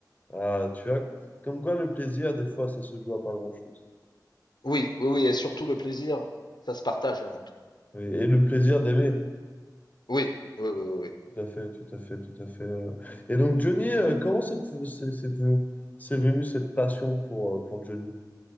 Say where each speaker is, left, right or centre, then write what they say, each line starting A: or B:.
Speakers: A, on the left (about 20°); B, on the left (about 85°).
A: Ah, tu vois, comme quoi le plaisir, des fois, ça se joue à pas grand-chose.
B: Oui, oui, oui. Et surtout le plaisir, ça se partage avant tout.
A: Et, et le plaisir d'aimer.
B: Oui, oui, oui, oui. oui.
A: Tout à fait, tout à fait, tout à fait. euh. Et donc, Johnny, euh, comment c'est c'est- c'est venu, c'est venu cette passion pour, euh, pour Johnny?